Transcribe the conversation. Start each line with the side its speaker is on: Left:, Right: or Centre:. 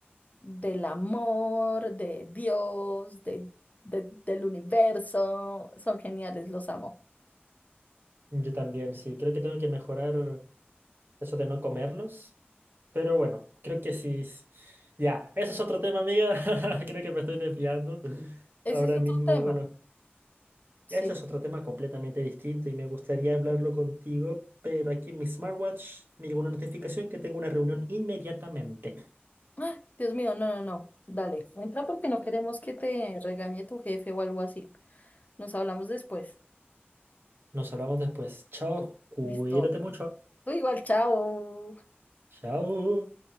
Left: del amor, de Dios, de, de- del universo. Son geniales, los amo.
Right: yo también, sí, creo que tengo que mejorar. eso de no comerlos. Pero bueno, creo que sí. es- Ya, eso es otro tema, amiga. <laughs> Creo que me estoy desviando
Left: Ese
Right: ahora
Left: es otro
Right: mismo.
Left: tema,
Right: Bueno,
Left: sí.
Right: eso es otro tema completamente distinto y me gustaría hablarlo contigo, pero aquí en mi smartwatch me llegó una notificación que tengo una reunión inmediatamente.
Left: Ah, Dios mío, no, no, no. Dale, entra porque no queremos que te regañe tu jefe o algo así. Nos hablamos después.
Right: Nos hablamos después. Chao, cuídate
Left: Listo.
Right: mucho.
Left: Tú igual, chao.
Right: Chao.